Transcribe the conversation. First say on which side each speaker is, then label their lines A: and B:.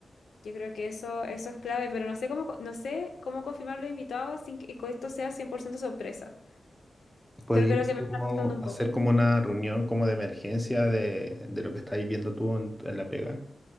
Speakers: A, on the left; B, in the centre.
A: Yo creo que eso, eso es clave, pero no sé cómo, co- no sé cómo confirmar los invitados sin que que esto sea 100% sorpresa.
B: Podríamos
A: Creo que es lo que me está
B: como
A: costando un
B: hacer
A: poco.
B: como una reunión como de emergencia de, de lo que estás viviendo tú en, en la pega